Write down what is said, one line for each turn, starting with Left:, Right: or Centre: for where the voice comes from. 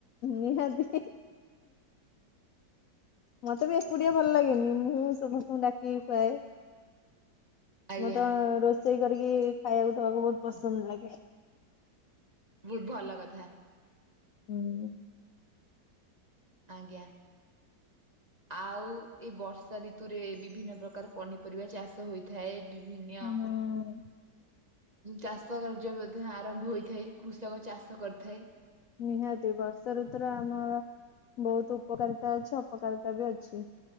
Left: ନିହାତି ମତେ ବି ଏକୁଟିଆ ଭଲ ଲାଗେନି ମୁଁ ସମସ୍ତଙ୍କୁ ଡାକିକି ଖୁଆଏ।
Right: ଆଜ୍ଞା
Left: ମତେ ରୋଷେଇ କରିକି ଖାଇବାକୁ ଦେବାକୁ ବହୁତ ପସନ୍ଦ ଲାଗେ।
Right: ବହୁତ ଭଲ କଥା।
Left: ହୁଁ
Right: ଆଜ୍ଞା ଆଉ ଏ ବର୍ଷା ଋ ଋତୁରେ ବିଭିନ୍ନ ପ୍ରକାର ପନିପରିବା ଚାଷ ହୋଇଥାଏ ବିଭିନ୍ନ
Left: ହୁଁ।
Right: ଚାଷ କାର୍ଯ୍ୟ ମଧ୍ୟ ଆରମ୍ଭ ହୋଇଥାଏ କୃଷକ ଚାଷ କରିଥାଏ।
Left: ନିହାତି ବର୍ଷା ଋତୁର ଆମର ବହୁତ ଉପକାରିତା ଅଛି ଅପକାରିତା ବି ଅଛି।